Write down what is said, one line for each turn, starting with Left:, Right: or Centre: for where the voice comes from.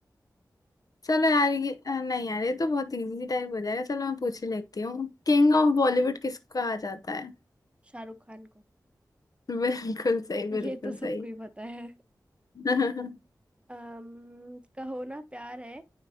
Left: चलो यार ये अ, नहीं यार ये तो बहुत इजी टाइप हो जाएगा चलो मैं पूछ ही लेती हूँ किंग ऑफ बॉलीवुड किसको कहा जाता है
Right: शाहरुख खान को
Left: <laughs> बिल्कुल सही
Right: <laughs> ये
Left: बिल्कुल
Right: तो सबको
Left: सही
Right: ही पता है
Left: <laughs>
Right: अम्म कहो ना प्यार है